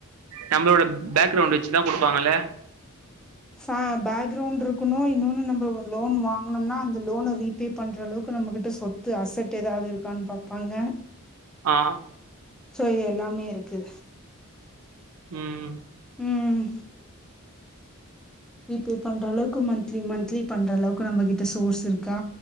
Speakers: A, on the right; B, in the centre.
A: நம்மளோட பேக்ரவுண்ட் வச்சுதா கொடுப்பாங்கல
B: ஆ பேக்ரவுண்ட் இருக்கணு இன்னொன்னு நம்ம லோன் வாங்கனோம்னா அந்த லோன ரீபே பண் ற அளவுக்கு நம்மகிட்ட சொத்து அசட் எதாது இருக்கான்னு பாப்பாங்க
A: ஆ
B: சோ இது எல்லாமே இருக்கு
A: ம் ம்
B: ம் ரீபே பண்ற அளவுக்கு மந்த்லி மந்த்லி பண்ற அளவுக்கு நம்மகிட்ட சோர்ஸ் இருக்கா